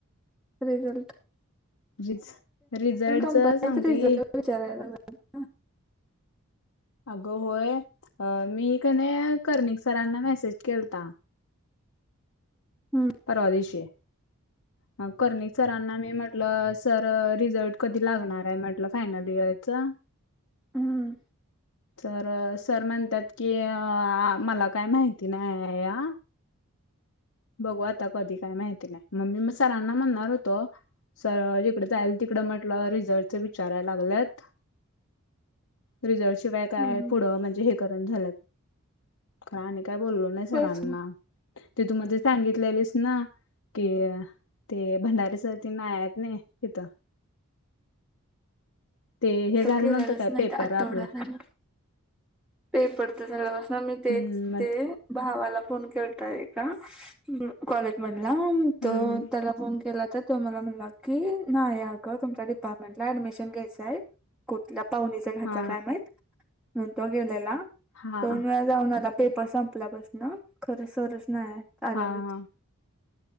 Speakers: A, in the centre; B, on the left (about 70°).
A: रिझल्ट.
B: रिझ - रिझल्टच,
A: कंपनीत
B: सांगती.
A: <unintelligible>
B: आगं होय. अ मी कनय कर्णिक सरांना, मेसेज केलता.
A: हम्म.
B: परवा दिवशी. अ करणी सरांना मी म्हटलं. सर, रिझल्ट कधी लागणारय. म्हटलं. फायनल इयरचा.
A: हम.
B: तर, सर म्हणत्यात की, अ मला काय माहिती नाही. आ. बघू आता कधी, काय माहिती नाही. मम् म मी, सरांना म्हणणार होतो सर, जिकडे जाईल तिकड म्हटलं, रिझल्टच विचारायला लागल्यात. रिझल्ट शिवाय काय,
A: हम्म
B: पुढं म्हणजे हे करण झाल्यात. आणि काय बोललो नाही सरांना.
A: होयच
B: ति तु मधे सांगितलेलीस ना कि, ते भंडारे सर ते, नाही हायत न, तिथं. ते, हे,
A: तर
B: झालं
A: गेलेलाच
B: नव्हतं काय?
A: नाही
B: पेपर
A: तर आठवडा
B: आपला.
A: झाला. पेपरच झाल्यापासुन मी तेेच,
B: हम्म मग
A: ते भावाला फोन केलता एका. कॉलेज मधला.
B: हम्म
A: तो त्याला फोन केला तर, तो मला म्हणला की. नाही अगं, तुमच्या डिपार्टमेंटला ऍडमिशन घ्यायचाय कुठल्या पाहुणीच घ्यायचा
B: हा
A: काय माहित? मग तो गेलेला.
B: हा
A: दोन
B: हा
A: वेळा जाऊन आला. पेपर संपल्यापसन. खरं सरच नाही. आल्याला.
B: हा, हा.